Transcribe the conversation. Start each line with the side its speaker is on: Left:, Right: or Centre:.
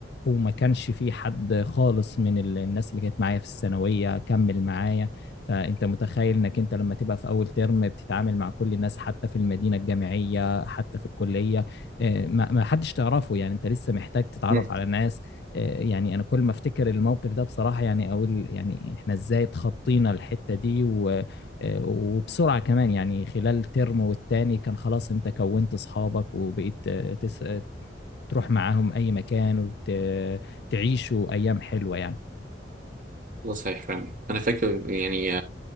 Left: وما كانش في حد خالص من ال- الناس اللي كانت معايا في الثانوية كمل معايا فانت متخيل انك انت لما تبقى في اول ترم بتتعامل مع كل الناس حتى في المدينه الجامعيه حتى في الكليه آه، ما ما حدش تعرفه يعني انت لسه محتاج تتعرف
Right: مم.
Left: على ناس آه، يعني انا كل ما افتكر الموقف ده بصراحه يعني اقول يعني احنا ازاي اتخطينا الحته دي و آه، وبسرعه كمان يعني خلال ترم والتاني كان خلاص انت كونت اصحابك وبقيت آه، تس... تروح معاهم اي مكان وتعيشوا ايام حلوه يعني
Right: ده صحيح فعلا انا فاكر يعني